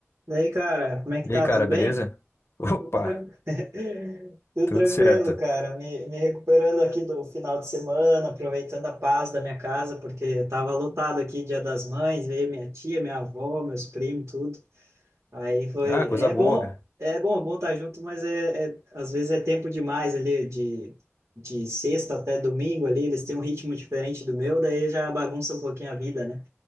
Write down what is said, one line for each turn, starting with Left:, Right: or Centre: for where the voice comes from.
Right: Daí, cara, como é que
Left: E
Right: tá?
Left: aí, cara,
Right: Tudo
Left: beleza?
Right: bem?
Left: Opa,
Right: Tudo, tran- <laughs> Tudo
Left: tudo
Right: tranquilo,
Left: certo.
Right: cara. Me, me recuperando aqui do final de semana, aproveitando a paz da minha casa, porque tava lotado aqui, Dia das Mães, veio minha tia, minha avó, meus primos, tudo. Aí foi.
Left: Ah, coisa
Right: É
Left: boa,
Right: bom,
Left: cara.
Right: é bom, é bom estar junto, mas é, é- às vezes é tempo demais ali, de, de sexta até domingo ali, eles têm um ritmo diferente do meu, daí já bagunça um pouquinho a vida, né?